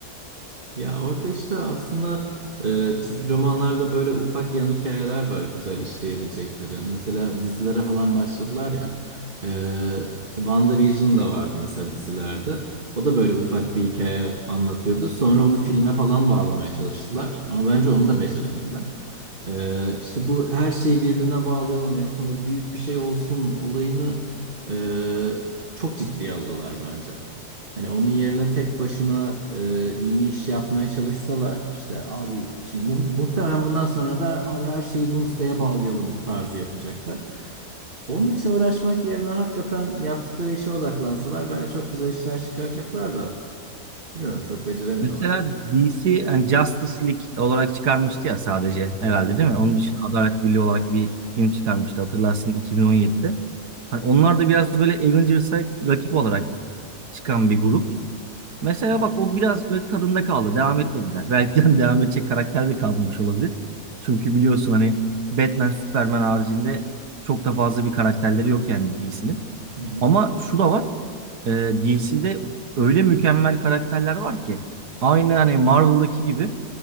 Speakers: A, on the right; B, on the right.
A: Ya orada işte aslında e, çizgi romanlarda böyle ufak yan hikayeler var güzel işleyebilecekleri. Mesela dizilere falan başladılar ya. E, işte WandaVision da vardı mesela dizilerde. O da böyle ufak bir hikaye anlatıyordu. Sonra onu filme falan bağlamaya çalıştılar. Ama bence onu da beceremediler. E, işte bu her şeyi birbirine bağlayalım. En sonunda büyük bir şey olsun olayını e, çok ciddiye alıyorlar bence. Hani onun yerine tek başına e, iyi iş yapmaya çalışsalar işte abi şimdi mu- muhtemelen bundan sonra da abi her şeyi Doomsday'e bağlayalım tarzı yapacaklar. Onun için uğraşmak yerine hakikaten yaptıkları işe odaklansalar bence çok güzel işler çıkaracaklar da bilmiyorum çok beceremiyorlar.
B: Mesela DC yani Justice League olarak çıkarmıştı ya sadece herhalde
A: Aha.
B: değil mi? Onun dışında Adalet Birliği olarak bir film çıkarmıştı hatırlarsın 2017'de. Hani onlar da biraz böyle Avengers'a rakip olarak çıkan bir grup. Mesela
A: Evet.
B: bak o biraz böyle tadında kaldı. Devam etmediler. Belki de <laughs> devam edecek karakter de kalmamış olabilir. Çünkü biliyorsun hani Batman, Superman haricinde çok da fazla bir karakterleri yok yani DC'nin.
A: Hı
B: Ama şu da var. DC'de öyle mükemmel karakterler var ki aynı hani Marvel'daki gibi